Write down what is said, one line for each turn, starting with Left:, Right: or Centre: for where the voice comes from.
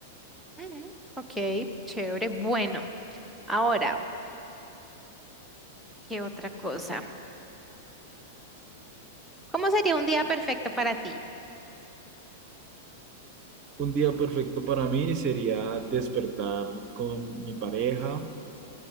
Centre: ujú, ok, chévere. Bueno, ahora, ¿qué otra cosa? ¿Cómo sería un día perfecto para ti?
Right: Un día perfecto para mí sería despertar con mi pareja